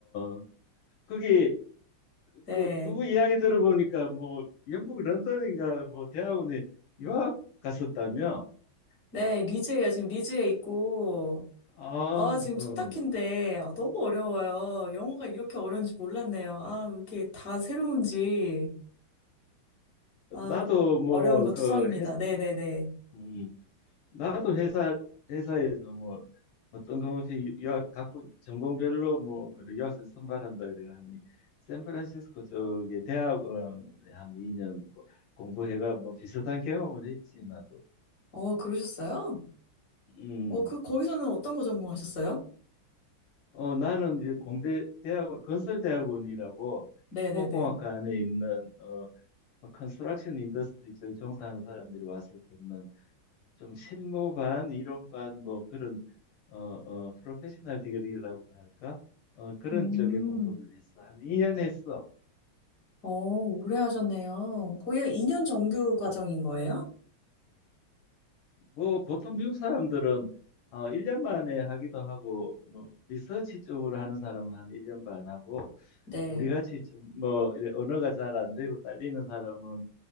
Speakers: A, on the left; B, on the left.
A: 어, 거기,
B: 네.
A: 그, 누구 이야기 들어보니까, 뭐, 영국 런던인가, 뭐, 대학원에 유학 갔었다며?
B: 네, 리즈예요. 지금 리즈에 있고,
A: 아,
B: 아, 지금
A: 어.
B: 첫 학기인데, 아, 너무 어려워요. 영어가 이렇게 어려운지 몰랐네요. 아, 왜 이렇게 다 새로운지, 아,
A: 나도, 뭐,
B: 어려운 거
A: 그,
B: 투성입니다.
A: 했,
B: 네네네.
A: 음. 나도 회사 회사에서 뭐 어떤 것이 유학 각 분- 전공별로 뭐 유학생 선발한다 그래가 하니 샌프란시스코 쪽에 대학원에 한 2년 공부해가 뭐 비슷한 경험을 했지 나도.
B: 어, 그러셨어요?
A: 음.
B: 어, 그, 거기서는 어떤 거 전공하셨어요?
A: 어 나는 이제 공대 대학원 건설대학원이라고
B: 네네네.
A: 토목공학과 안에 있는 어뭐 컨스트럭션 인더스트리 쪽에 종사하는 사람들이 와서 듣는 좀 실무 반, 이론 반, 뭐 그런 어, 어, 프로페셔널 디그리라고 할까? 어, 그런
B: 음,
A: 쪽에 공부를 했어. 한 2년 했어.
B: 어, 오래 하셨네요. 거의 2년 정규 과정인
A: 음.
B: 거예요?
A: 뭐 보통 미국 사람들은 어, 1년 만에 하기도 하고 뭐 리서치 쪽으로 하는 사람은 한 1년 반 하고
B: 네.
A: 우리 같이 좀 뭐 언어가 잘 안 되고 딸리는 사람은